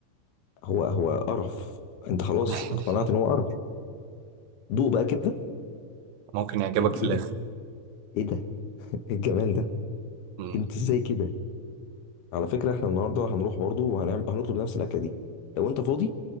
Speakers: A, on the left; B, on the right.
A: هو هو قرف انت خلاص
B: <laughs>
A: اقتنعت ان هو قرف دوق بقى كده
B: ممكن يعجبك
A: ايه
B: في الاخر
A: إيه ده ايه ده إيه الجمال ده
B: مم.
A: انت ازاي كده على فكره احنا النهارده هنروح برضو وهنعمل هنطلب نفس الاكله دي لو انت فاضي